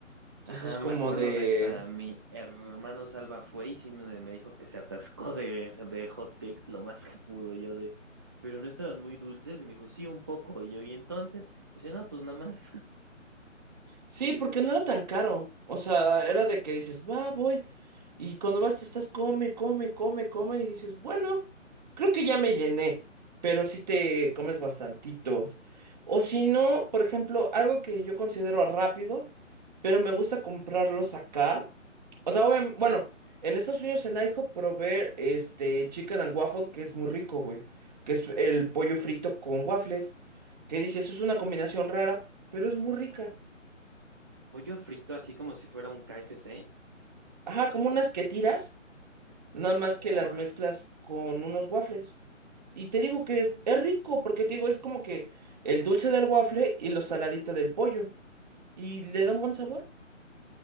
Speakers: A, on the right; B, on the right.
A: Entonces,
B: Ajá, me
A: como
B: acuerdo
A: de,
B: de esa. Mi hermano Salva fue y sí me, me dijo que se atascó de, de hot cakes lo más que pudo. Y yo de, pero no estaban muy dulces. Y me dijo, sí, un poco. Y yo, y entonces, me dice, no, pues nada más.
A: Sí, porque no era tan caro. O sea, era de que dices, va, voy. Y cuando vas, te estás, come, come, come, come. Y dices, bueno, creo que ya me llené. Pero sí te comes bastantitos. O si no, por ejemplo, algo que yo considero rápido, pero me gusta comprarlos acá. O sea, obvia- bueno, en Estados Unidos, en IHOP, probé este chicken and waffle, que es muy rico, güey. Que es el pollo frito con waffles. Que dices, es una combinación rara, pero es muy rica.
B: <laughs> Pollo frito, así como si fuera un KFC.
A: Ajá, como unas que tiras, nada más
B: Ahora.
A: que las mezclas con unos waffles. Y te digo que es, es rico, porque te digo, es como que el dulce del waffle y lo saladito del pollo. Y le da un buen sabor.